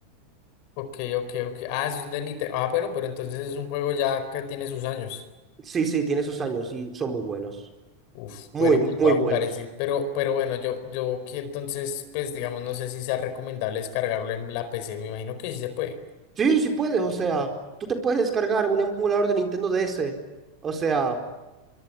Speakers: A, on the left; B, on the right.
A: Ok, ok, ok. Ah, eso es de Nintendo. Ah, bueno, pero entonces es un juego ya que tiene sus años.
B: Sí, sí, tiene sus años y son muy buenos.
A: Uf,
B: Muy,
A: bueno, pues
B: muy
A: voy a
B: buenos.
A: jugar ese, pero, pero bueno, yo, yo aquí entonces, pues digamos, no sé si sea recomendable descargarlo en la PC, me imagino que sí se puede.
B: Sí, sí puedes, o sea, tú te puedes descargar un emulador de Nintendo DS. O sea,